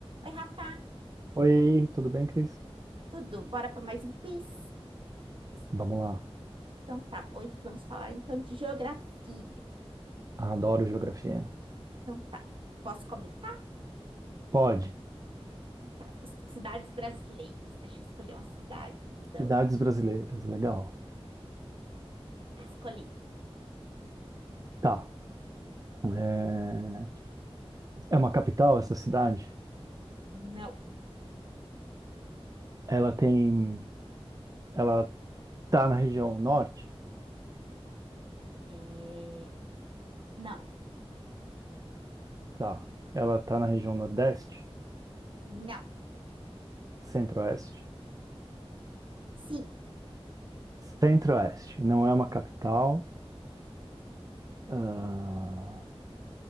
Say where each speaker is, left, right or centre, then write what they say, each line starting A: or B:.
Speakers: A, on the right; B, on the right.
A: Oi, Rafa,
B: Oi, tudo bem, Cris?
A: tudo? Bora para mais um quiz?
B: Vamos lá.
A: Então tá, hoje vamos falar então de geografia.
B: Adoro geografia.
A: Então tá, posso começar?
B: Pode.
A: Tá, as cidades brasileiras. Deixa eu escolher uma cidade, então.
B: Cidades brasileiras, legal.
A: Ah, escolhi.
B: Tá. É, é uma capital essa cidade?
A: Não.
B: Ela tem. Ela tá na região norte?
A: É, Não.
B: Tá. Ela tá na região nordeste?
A: Não.
B: Centro-oeste?
A: Sim.
B: Centro-oeste. Não é uma capital. Ah,